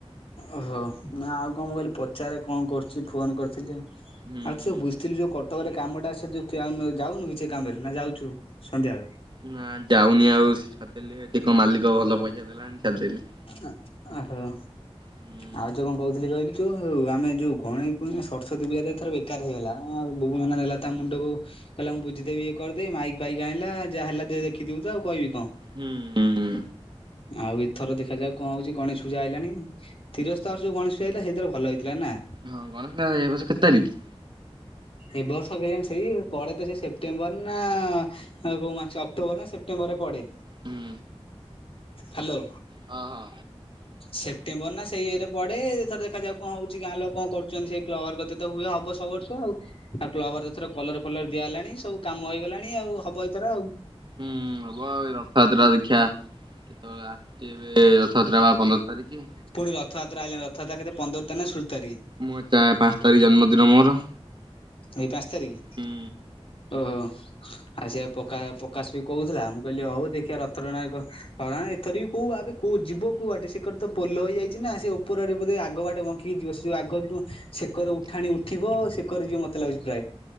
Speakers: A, on the left (about 60°); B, on the right (about 45°).
A: ଓହୋ। ନା ଆଉ କଣ ମୁଁ କହିଲି ପଚାରେ କଣ କରୁଛି ଫୋନ କରିଥିଲି। ଆଉ
B: ହୁଁ ହୁଁ
A: ଛେ ବୁଝ ଥିଲି ଯୋଉ କଟକରେ କାମଟା ସେ ଯଉ ଠିଆ, ଯାଉନୁ କି ସେ କାମରେ ନା ଯାଉଛୁ ସନ୍ଧ୍ୟାବେଳେ?
B: ନା ଯାଉନି ଆଉ ଛାଡିଦେଲି ସେଠିକ ମାଲିକ ଭଲ ପଇସା ଦେଉନି ଛାଡିଦେଲି।
A: ଆ, ଓହୋ।
B: ହୁଁ
A: ଆଉ ଯୋଉ କଣ କହୁଥିଲି କହିଲୁ ଯୋଉ, ଆମେ ଯଉ ଗଣେଇ ପୂ-ସରସ୍ଵତୀ ପୂଜାରେ ଏଥର ବେକାର ହେଇଗଲା। ଆ ବୁଗୁ ନନା ନେଲା ତା ମୁଣ୍ଡକୁ କହିଲା ମୁଁ ବୁଝିଦେବୀ ଇଏ କରିଦେବୀ, ମାଇକ୍ ଫାଇକ୍ ଆଣିଲା ଯାହା ହେଲା ଦେଖିଥିବୁ ତ ଆଉ କହିବି କଣ।
B: ହୁଁ ହୁଁ, ହୁଁ।
A: ଆଉ ଏ ଥର ଦେଖାଯାଉ କଣ ହଉଛି, ଗଣେଶ ପୂଜା ଆଇଲାଣି। ତୀରସ୍ତା ବର୍ଷ ଯୋଉ ଗଣେଶ ପୂଜା ହେଇଥିଲା, ସେଇଥର ଭଲ ହେଇଥିଲା ନା?
B: ହଁ ଗଣେଶ ପୂଜା ଏ ବର୍ଷ କେତେ ତାରିଖ୍?
A: ଏ ବର୍ଷ କେଜାଣି ସେଇ ପଡ଼େ ତ ସେଇ ସେପ୍ଟେମ୍ବର ନା ଆଉ କଉ ମାସ ଅକ୍ଟୋବର ନା ସେପ୍ଟେମ୍ବରରେ ପଡେ।
B: ହୁଁ।
A: ହାଲୋ,
B: ହଁ ହଁ।
A: ସେପ୍ଟେମ୍ବର ନା ସେଇ ଇଏରେ ପଡେ। ଏଇ ଥର ଦେଖାଯାଉ କଣ ହଉଛି, ଗାଁ ଲୋକ କଣ କରୁଛନ୍ତି ସେଇ କ୍ଲବ କତିରେ ତ ହୁଏ ହବ ସବୁ ବର୍ଷ ଆଉ। ଆଉ କ୍ଲବ ଘର ଏଥର କଲର ଫଲର ଦିଆ ହେଲାଣି, ସବୁ କାମ ହେଇଗଲାଣି ଆଉ ହବ ଏଇଥର ଆଉ।
B: ହୁଁ ହବ ଆଉ ଏ ରବିବାର ଦିନ ଦେଖିଆ କେତେବେଳେ ଆଶୁଛି ଏବେ ରଥଯାତ୍ରା ବା ପନ୍ଦର ତାରିଖି?
A: ପୁଣି ରଥଯାତ୍ରା ଆଇଲାଣି। ରଥଯାତ୍ର କେବେ ପନ୍ଦର ତାରଖ୍ ନା ଷୋଳ ତାରି ତାରଖ୍?
B: ମୁଁ ଚା ପାଞ୍ଚ ତାରଖ୍ ଜନ୍ମଦିନ ମୋର।
A: ଏଇ ପାଞ୍ଚ ତାରିକି
B: ହୁଁ
A: ଓହୋ। ଆ ସେ ପକା ପ୍ରକାଶ ବି କହୁଥିଲା ମୁଁ କହିଲି ହଉ ଦେଖିବା ରଥ ଟଣା କୁ ହ ଏଥର ବି କୋଉ ଆବେ କଉ ଯିବ କୋଉ ବାଟେ ସେ କରେ ତ ପୋଲ ହେଇଯାଇଛି ନା ସେ ଉପର ଆଟେ ବୋଧେ ଆଗ ବାଟେ କଣ କି ଯିବ ସେ ଯୋଉ ଆଗ ଯୋ ସେକର ଉଠାଣି ଉଠିବ ସେକର ଯିବ ମତେ ଲାଗୁଛି ପ୍ରାୟ।